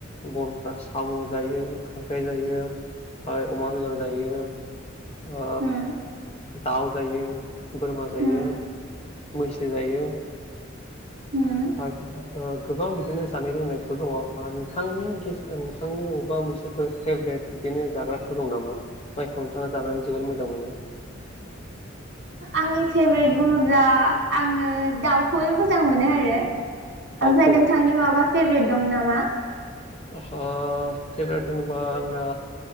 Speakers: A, on the left; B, on the right.
A: बलफ्रा साम' जायो खांख्राइ जायो। अमा बेदर जायो ओ
B: उम
A: दाउ जायो बोरमा जायो।
B: उम
A: मैसो जायो।
B: होम
A: <unintelligible> ओ गोबां बिदिनो जानाय लोंनायफोर दङ ओ नोंथांनि गेस ओ नोंथांनि अबेबा मोनसे बो फेभरेट बिदिनो जाग्राफोर दं नामा जायखौ नोंथाङा जानानै जोबोर मोजां मोनो
B: आंनि फेभरेट बुङोब्ला आङो दाउखौनो मोजां मोनो आरो
A: दाउखौ
B: ओमफ्राय नोंथांनि माबा फेभरेट दं नामा?
A: ओ फेबरेथ होनोबा आंना